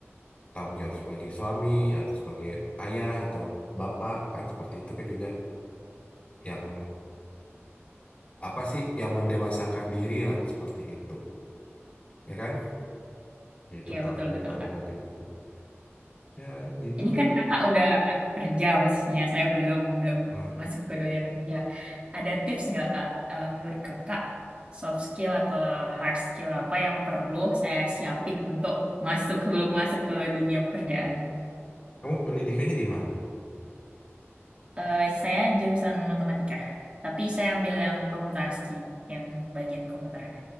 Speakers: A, on the left (about 25°); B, on the right (about 25°).
A: tanggung jawab sebagai suami atau sebagai ayah atau bapak kan seperti itu kan juga yang apa sih yang mendewasakan diri lah seperti itu ya kan itu
B: Iya,
A: tanggung
B: betul,
A: jawab
B: betul,
A: tanggung
B: Kak.
A: jawab itu ya gitu
B: Ini kan kakak udah kerja posisinya, saya belum belum
A: nah,
B: masuk ke dunia kerja. Ada tips nggak kak? Eh, menurut kakak soft skill atau hard skill apa yang perlu saya siapin untuk masuk sebelum masuk ke dunia pekerjaan?
A: kamu pendidikannya di mana
B: Eh, saya jurusan matematika, tapi saya ambil yang komputasi, yang bagian komputernya.